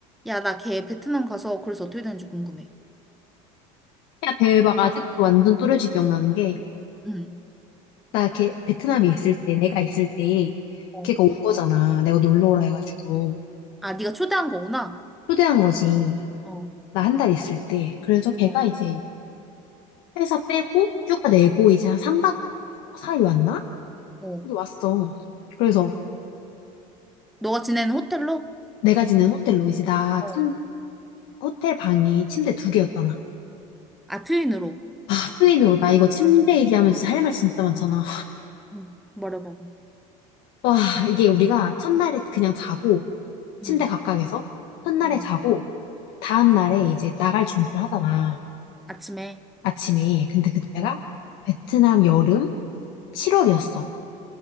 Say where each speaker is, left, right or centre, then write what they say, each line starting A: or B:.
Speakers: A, in the centre; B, on the left.
A: 야, 나 걔 베트남 가서 그래서 어떻게 되는지 궁금해.
B: 야, 대박. 아직도 완전 또렷이 기억나는 게,
A: 응.
B: 나 걔, 베트남에 있을 때, 내가 있을 때,
A: 어.
B: 걔가 온 거잖아. 내가 놀러 오라 해가지고.
A: 아, 네가 초대한 거구나.
B: 초대한 거지.
A: 어,
B: 나 한 달 있을 때. 그래서 걔가
A: 어.
B: 이제 회사 빼고, 휴가 내고, 이제 한 3박 4일 왔나?
A: 어.
B: 그래서 왔어. 그래서
A: 너가 지내는 호텔로?
B: 내가 지낸 호텔로 이제 나
A: 어,
B: 침, 호텔 방이 침대 두 개였잖아.
A: 아, 트윈으로.
B: 아, 트윈으로. 나 이거 침대 얘기하면 진짜 할 말 진짜 많잖아.
A: 응. 말해봐봐.
B: 와, 이게 우리가 첫날에 그냥 자고, 침대
A: 응.
B: 각각에서. 첫날에
A: 어.
B: 자고, 다음 날에 이제 나갈 준비를 하잖아.
A: 아침에.
B: 아침에. 근데 그때가
A: 어.
B: 베트남 여름 7월이었어.